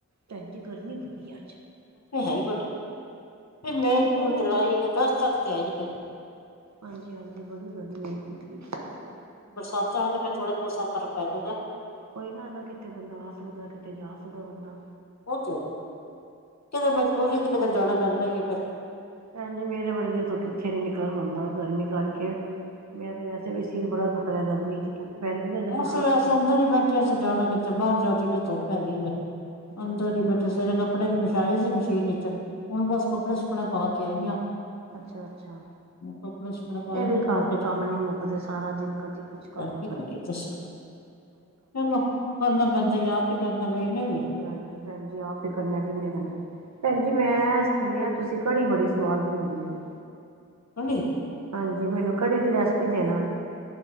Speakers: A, on the right; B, on the left.
A: ਭੈਣ ਜੀ ਗਰਮੀ ਬੜੀ ਹੈ ਅੱਜ
B: ਹੈ ਹੀ ਵੱਡੇ ਫੇਰ ਮਈ
A: ਭੈਣਜੀ
B: ਜੂਨ
A: ਮੈਂ ਨਾ
B: ਜੁਲਾਈ ਅਗਸਤ ਤੱਕ ਤੇ ਆਏਗੀ <unintelligible>
A: ਹਾਂਜੀ -ਹਾਂਜੀ ਬੜੀ ਗਰਮੀ ਹੋਈ ਦੀ ਏ ਕੀ ਕਰੀਏ।
B: ਬਰਸਾਤਾਂ ਆਉਣ ਫਿਰ ਥੋੜਾ ਮੌਸਮ 'ਚ ਫ਼ਰਕ ਪੈ ਜੇਗਾ।
A: ਕੋਈ ਨਾ -ਨਾ ਕਿੱਥੇ ਬੰਦਾ ਆ ਸਕਦਾ ਕਿੱਥੇ ਜਾ ਸਕਦਾ ਬੰਦਾ
B: ਉਹ 'ਚ ਕਿਤੇ ਮਜਬੂਰੀ ਤੇ ਕਿਤੇ ਜਾਣਾ ਪੈਂਦਾ ਹੀ ਹੈ।
A: ਭੈਣਜੀ ਮੇਰੇ ਵਰਗੀ ਤੋਂ ਕਿੱਥੇ ਨੀ ਨਿਕਲਣ ਆਉਂਦਾ ਗਰਮੀ ਕਰਕੇ ਮੈਂ ਤੇ ਵੈਸੇ ਵੀ ਤੇ ਬੜਾ ਦੁੱਖ ਰਿਹਾ ਗਰਮੀ 'ਚ ਧੁੱਪ ਪੈਂਦੀ ਨਾ ਜਦੋਂ
B: ਉਸੇ
A: ਸਿਰ ਤੇ।
B: ਅਸੇ ਅੰਦਰ ਹੀ ਬੈਠੇ ਅਸੀ ਜਾਣਾ ਕਿੱਥੇ ਬਾਹਰ ਜਾਓ ਜਹੀ ਧੁੱਪ ਹੈਗੀ ਏ।
A: ਹਾਂਜੀ
B: ਅੰਦਰ ਹੀ
A: ਭੈਣ
B: ਬੱਚ ਸਵੇਰੇ ਕੱਪੜੇ ਮਛਾਏ ਸੀ। ਤੇਲ 'ਚ ਹੁਣ ਬਸ ਕੱਪੜੇ ਸੁੱਕਣੇ ਪਾ ਕੇ ਆਈ ਆ।
A: ਅੱਛਾ- ਅੱਛਾ
B: ਕੱਪੜੇ ਸੁੱਕਣੇ ਪਾਏ
A: ਇਹ ਵੀ
B: ਨੇ
A: ਘਰ
B: ਮੈਂ ਕਿਹਾ
A: ਤੇ ਕੰਮ ਨੀ ਮੁੱਕਦੇ ਸਾਰਾ ਦਿਨ ਕਰ ਜੀ ਕੁਛ ਕਰਲੋ
B: ਕਰ
A: ਕਦੇ
B: <unintelligible> ਚਲੋ ਕਰਨਾ ਪੈਂਦਾ ਯਾਰ ਕਿ ਕਰਨਾ ਪਈ ਵੀ
A: ਹਾਂਜੀ
B: ਹ
A: ਹਾਂਜੀ ਭੈਣ ਜੀ ਆਪ ਹੀ ਕਰਨਾ ਕਿੰਨੇ ਭੈਣ ਜੀ ਮੈਂ ਸੁਣਿਆ ਤੁਸੀਂ ਕੜੀ ਬੜੀ ਸਵਾਦ ਬਣਾਉਂਦੇ ਹੋ।
B: <unintelligible>
A: ਹਾਂਜੀ ਮੈਨੂੰ ਕੜੀ ਦੀ ਰੈਸਪੀ ਦੇਣਾ